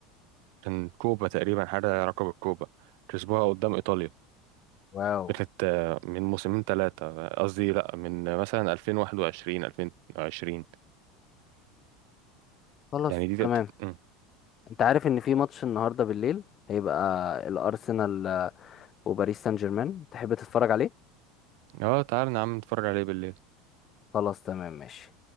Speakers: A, on the right; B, on the left.
A: كان كوبا تقريبا حاجة رقم الكوبا كسبوها قدام إيطاليا
B: واو
A: دي كانت آه، من موسمين ثلاثة قصدي لأ من آه، مثلا 2021 2020
B: خلاص
A: يعني دي
B: تمام
A: تبت... مم.
B: انت عارف ان في ماتش النهاردة بالليل هيبقى الارسنال آه، وباريس سان جيرمان تحب تتفرج عليه
A: اه تعال نعم نتفرج عليه بالليل
B: خلاص تمام ماشي